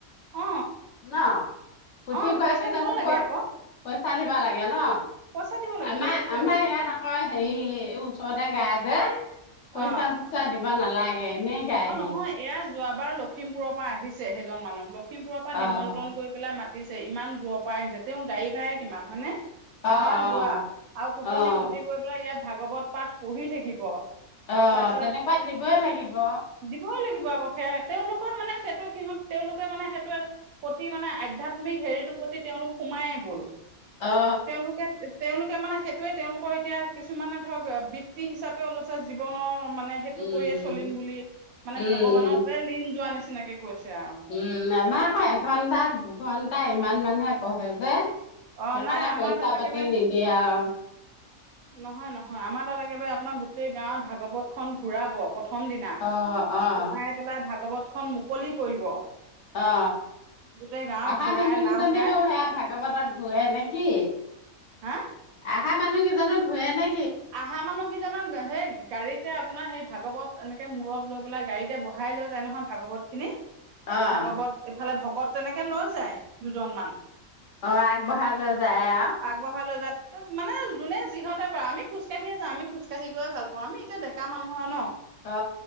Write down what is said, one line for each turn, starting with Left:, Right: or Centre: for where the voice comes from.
Right: অ
Left: ন পুথিভৰা
Right: অ পইচা
Left: কেইজনকো
Right: দিব লাগে আকৌ
Left: পইচা দিব লাগে ন
Right: পইচা দিব লাগে
Left: আমাৰ
Right: পইচা দিব
Left: আমাৰ
Right: লাগে
Left: ইয়াত আকৌ হেৰি ওচৰতে গাই যে পইচা
Right: অ
Left: চইচা দিব নালাগে এনে গাই
Right: অ
Left: সি
Right: নহয় এয়া যোৱাবাৰ লখিমপুৰৰ পৰা আহিছে সেইজন মানুহ লখিমপুৰৰ পৰা নিমন্ত্ৰণ
Left: অ'
Right: কৰি পেলাই মাত পিছে ইমান দূৰৰ পৰা আহিছে তেওঁ গাড়ী ভাড়ায়ে কিমান হয়নে। আহা
Left: অ' অ'
Right: যোৱা আৰু টোপনি
Left: অ'
Right: ক্ষতি কৰি পেলাই ইয়াত ভাগৱত পাঠ পঢ়ি থাকিব।
Left: অ
Right: তাৰপিছত
Left: তেনেকুৱা দিবই লাগিব।
Right: দিবই লাগিব আকৌ সে তেওঁলোকৰ মানে সেইটো সিহঁত তেওঁলোকে মানে সেইটো প্ৰতি মানে আধ্যয়াত্মিক হেৰিটোৰ প্ৰতি তেওঁলোক সোমায়েই গ'ল
Left: অ অ।
Right: তেওঁলোকে তেওঁলোকে সেইটোৱে তেওঁলোকৰ এতিয়া কিছুমানে ধৰক বৃত্তি হিচাপে ওলাইছে জীৱনৰ মানে সেইটো
Left: উম
Right: কৰিয়ে
Left: উম
Right: চলিম বুলি মানে
Left: উম উম
Right: ভগৱানতে লীন। যোৱা নিচিনাকে গৈছে। আৰু
Left: উম আমাৰ আকৌ এঘণ্টা দুঘণ্। তা ইমান মানহে পঢ়ে যে। সেইকাৰণে
Right: অ নাই আমাৰ
Left: পইচা
Right: তাত একেবাৰে
Left: পাতি নিদিয়ে আৰু। <inaudible>
Right: নহয় নহয় আমাৰ তাত একেবাৰে আপোনাৰ গোটেই গাঁৱত ভাগৱত খন ঘুৰাব প্ৰথ প্ৰথম দিনা <unintelligible>
Left: অ', অ',
Right: পেলাই ভাগৱত খন মু মুকলি কৰিব।
Left: অ
Right: গোটেই গাঁৱত
Left: আহা
Right: ঘূৰাই
Left: মানুহ কেইজনেও
Right: নাম গাই
Left: সেয়া ভাগৱতত ঘূৰে নেকি
Right: হা
Left: আহা মানুহ কেইজনো ঘুৰে নে
Right: আহা মানুহ কি জনক সেই গাড়ীতে আপোনাৰ সেই ভাগৱত এনে মূৰত লৈ পেলাই গাড়ীতে বহাই লৈ যাই নহয় ভাগৱত খিনি।
Left: অ',
Right: ভাগৱত এইফালে ভক্ কত তেনেকে লৈ যায় দুজন মান।
Left: অ আগবঢ়ালৈ যায় আৰু
Right: আগবঢ়াই লৈ যায় মানে যোনে যিহঁতে পাই আমি খোজ কাঢ়িয়ে যাওঁ আমি খোজকাহি গৈয়ে ভাল পাওঁ আমি এতিয়া ডেকা মানুহ হয় ন।
Left: অ